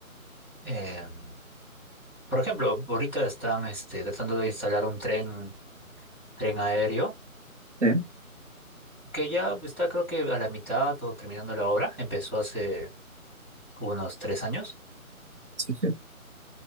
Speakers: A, in the centre; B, on the right.
A: Em, por ejemplo, ahorita están este, tratando de instalar un tren, tren aéreo
B: Sí,
A: que ya está creo que a la mitad o terminando la obra, empezó hace unos tres años.
B: sí, sí.